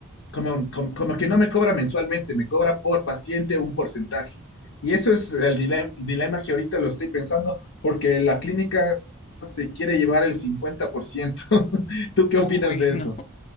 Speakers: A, on the left; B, on the left.
A: como, como- como que no me cobra mensualmente, me cobra por paciente un porcentaje. Y eso es el dilema, dilema que ahorita lo estoy pensando, porque la clínica se quiere llevar el 50%. <laughs> ¿Tú qué opinas
B: Uy,
A: de
B: <laughs> no.
A: eso?